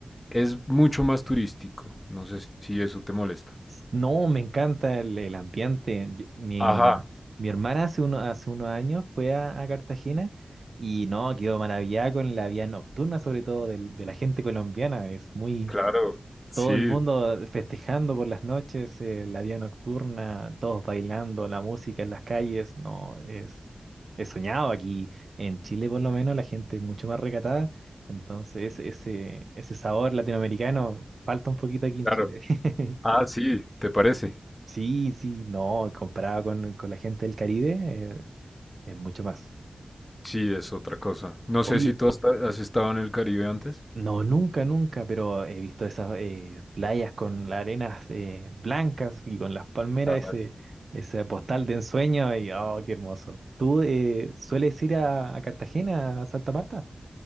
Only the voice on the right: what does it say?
No, me encanta el, el ambiente. Yo- mi,
mi hermana hace, uno, hace unos años fue a, a Cartagena y no, quedó maravillada con la vida nocturna, sobre todo del- de, la gente colombiana. Es muy,
Todo el mundo festejando por las noches, eh, la vida nocturna, todos bailando, la música en las calles, no, es, es soñado aquí. En Chile por lo menos la gente es mucho más recatada, entonces ese, ese sabor latinoamericano falta un poquito aquí en
Chile. <laughs>
Sí, sí, no, comparado con, con la gente del Caribe, eh, es mucho más.
Oye,
No, nunca, nunca, pero he visto esas eh, playas con las arenas eh, blancas y con las palmeras,
ese, ese postal de ensueño y oh, qué hermoso. ¿Tú eh, sueles ir a, a Cartagena, a Santa Marta?